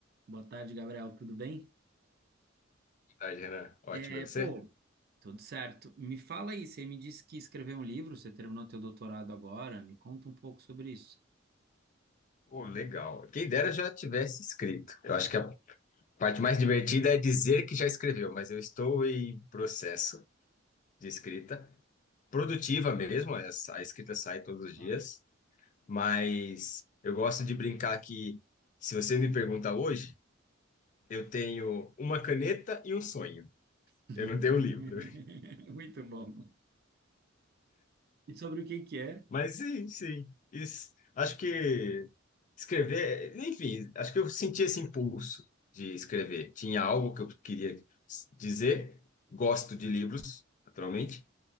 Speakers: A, on the right; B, on the left.
A: Boa tarde, Gabriel. Tudo bem?
B: Boa tarde, Renan. Ótimo,
A: É,
B: e você?
A: pô, tudo certo. Me fala aí, você me disse que escreveu um livro, você terminou teu doutorado agora. Me conta um pouco sobre isso.
B: Pô, legal. Quem dera já tivesse escrito. Eu acho que a parte mais divertida é dizer que já escreveu, mas eu estou em processo de escrita, produtiva mesmo, essa- a escrita sai todos os
A: Tá.
B: dias, mas eu gosto de brincar que, se você me pergunta hoje, eu tenho uma caneta e um sonho.
A: <laughs>
B: Eu não tenho um livro.
A: Muito bom. E sobre o que que é?
B: Mas sim, sim. Isso, acho que escrever, enfim, acho que eu senti esse impulso de escrever. Tinha algo que eu queria dizer, gosto de livros, naturalmente,